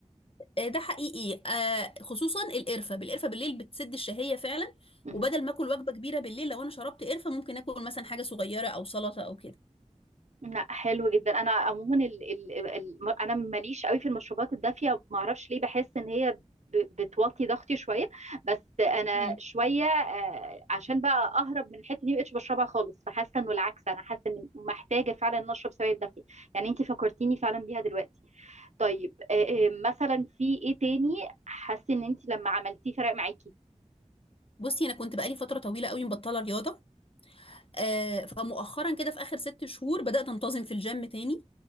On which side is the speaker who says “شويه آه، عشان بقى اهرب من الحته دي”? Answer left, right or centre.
Right